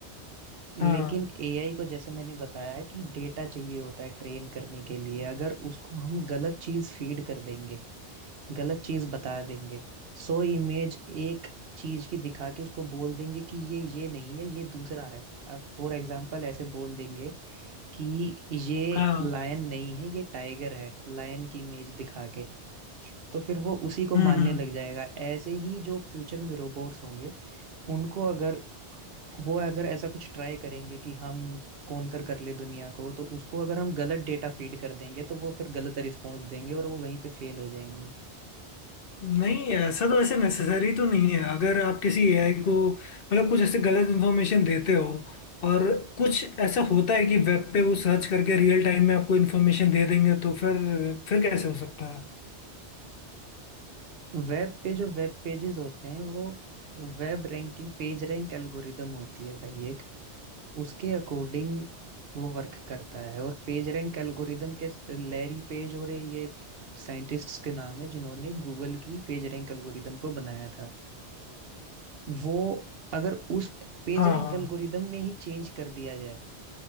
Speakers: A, on the right; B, on the left.
A: लेकिन
B: हाँ
A: एआई को जैसे मैंने बताया कि डेटा चाहिए होता है ट्रेन करने के लिए अगर उसको हम गलत चीज फीड कर देंगे गलत चीज बता देंगे सो इमेज एक चीज की दिखा के उसको बोल देंगे कि ये ये नहीं है ये दूसरा है अब फॉर एग्जाम्पल ऐसे बोल देंगे कि ये
B: हाँ
A: लायन नहीं है ये टाइगर है लायन की इमेज दिखा के तो फिर वो उसी को
B: हम्म
A: मानने
B: हम्म
A: लग जाएगा ऐसे ही जो फ्यूचर में रोबोट्स होंगे उनको अगर वो अगर ऐसा कुछ ट्राई करेंगे कि हम कौन कर कर ले दुनिया को तो उसको अगर हम गलत डेटा फीड कर देंगे तो वो फिर गलत रिस्पॉन्स देंगे और वो वहीं पे फेल हो जाएंगे
B: नहीं ऐसा तो ऐसे नेसेसरी तो नहीं है अगर आप किसी एआई को मतलब कुछ ऐसे गलत इन्फॉर्मेशन देते हो और कुछ ऐसा होता है कि वेब पे वो सर्च करके रियल टाइम में आपको इन्फॉर्मेशन दे देंगे तो फिर फिर कैसे हो सकता है
A: वेब पे जो वेब पेजेस होते हैं वो web ranking page rank algorithm होती है भाई एक उसके अकॉर्डिंग वो वर्क करता है और पेज रैंक एल्गोरिदम के लैरी पेज और ये साइंटिस्ट्स के नाम है जिन्होंने गूगल की पेज रैंक एल्गोरिदम को बनाया था वो अगर उस पेज
B: हाँ
A: रैंक
B: हाँ
A: एल्गोरिदम में ही चेंज कर दिया जाए